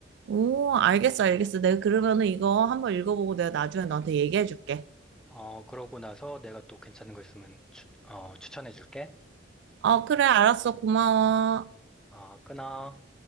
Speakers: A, on the right; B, in the centre.
A: 오, 알겠어, 알겠어. 내가 그러면은 이거 한번 읽어보고 내가 나중에 너한테 얘기해줄게.
B: 어, 그러고 나서 내가 또 괜찮은 거 있으면 추, 어, 추천해줄게.
A: 어, 그래, 알았어. 고마워.
B: 아, 끊어.